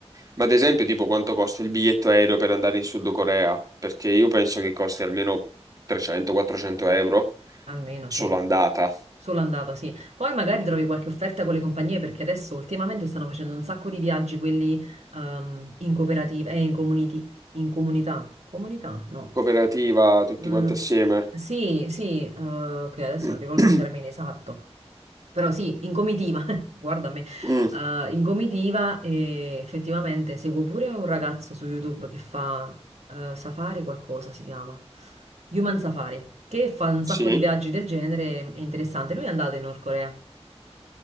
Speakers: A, on the right; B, on the right.
A: Ma ad esempio, tipo, quanto costa il biglietto aereo per andare in Sud Corea? Perché io penso che costi almeno 300-400 euro
B: almeno
A: solo
B: sì.
A: andata.
B: Solo andata, sì. Poi magari trovi qualche offerta con le compagnie perché adesso ultimamente stanno facendo un sacco di viaggi, quelli ehm, in cooperativa, eh, in community, in comunità. Comunità? No.
A: Cooperativa, tutti
B: Mm,
A: quanti assieme.
B: sì, sì, eh, che adesso
A: <clears throat>
B: non ricordo il termine esatto, però sì, in comitiva, <laughs> guarda me,
A: Mm,
B: eh, in comitiva e effettivamente seguo pure un ragazzo su YouTube che fa eh, Safari qualcosa si chiama, Human Safari, che fa un sacco
A: sì.
B: di viaggi del genere, è interessante, lui è andato in Nord Corea.